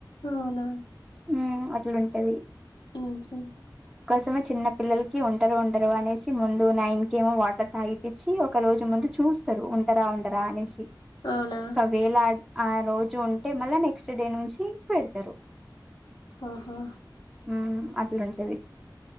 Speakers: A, on the left; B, in the centre.
A: అవునా
B: ఊ అట్లుంటది
A: హు హు
B: సమే చిన్న పిల్లలకి ఉంటరు ఉండరో అనేసి ముందు నైన్ కేమో వాటర్ తాగిపించి ఒక రోజు ముందు చూస్తరు ఉంటరా ఉండరా అనేసి
A: అవునా
B: ఒక వేళ ఆ రోజు ఉంటే మళ్ల నెక్స్ట్ డే నుంచి పెడతరు.
A: ఆహా
B: ఉ అట్లుంటది